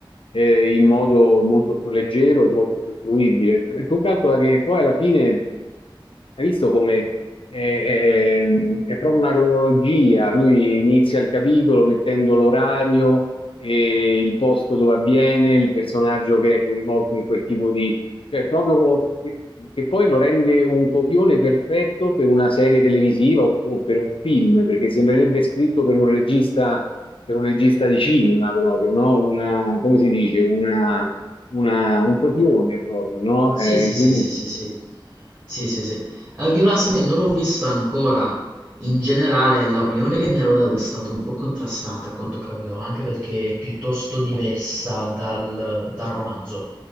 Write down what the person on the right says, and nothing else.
Sì,
sì, sì, sì, sì, sì. Sì, sì, sì. Eh, Io la serie non l'ho vista ancora. In generale, l'opinione che mi hanno dato è stata un po' contrastante, a quanto ho capito, anche perché è piuttosto diversa dal, dal romanzo.